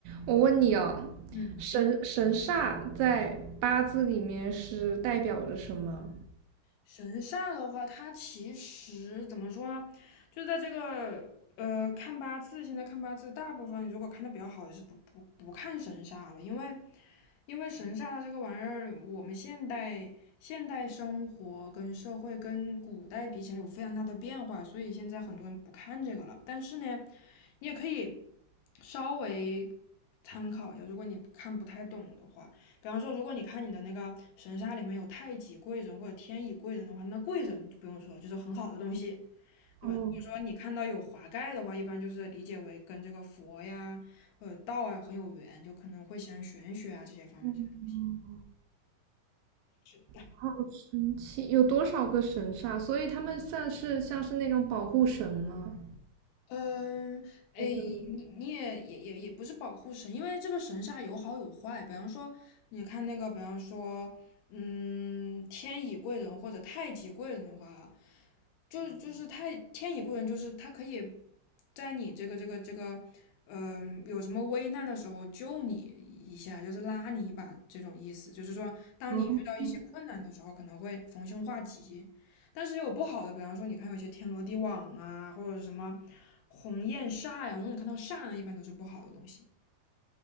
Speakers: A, on the right; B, on the left.
A: 我问你哦，
B: 嗯，
A: 神神煞在八字里面是代表着什么？
B: 神煞的话，它其实怎么说呢？就在这个呃看八字，现在看八字，大部分如果看的比较好的是不不不看神煞了，因为因为神煞它这个玩意儿，我们现代现代生活跟社会跟古代比起来有非常大的变化，所以现在很多人不看这个了。但是呢，你也可以稍微参考一下，如果你看不太懂的话。比方说，如果你看你的那个神煞里面有太极贵人或者天乙贵人的话，那贵人就不用说了，就是很好的东西，对吧？
A: 哦，
B: 如果说你看到有华盖的话，一般就是理解为跟这个佛呀或者道啊很有缘，就可能会喜欢玄学啊这些方面这些东西。
A: 哦
B: 是的，
A: 好神奇，有多少个神煞？所以他们算是像是那种保护神吗？
B: 嗯，哎，
A: 还是
B: 你你也也也也不是保护神，因为这个神煞有好有坏。比方说，你看那个，比方说，嗯，天乙贵人或者太极贵人的话，就就是他天以贵人，就是他可以在你这个这个这个，嗯、有什么危难的时候救你一下，就是拉你一把这种意思。就是说，当你遇到一些困难的时候，
A: 哦，
B: 可能会逢凶化吉。但是也有不好的，比方说，你看有些天罗地网啊，或者是什么鸿雁煞呀、如果你看到煞呢，一般都是不好的东西。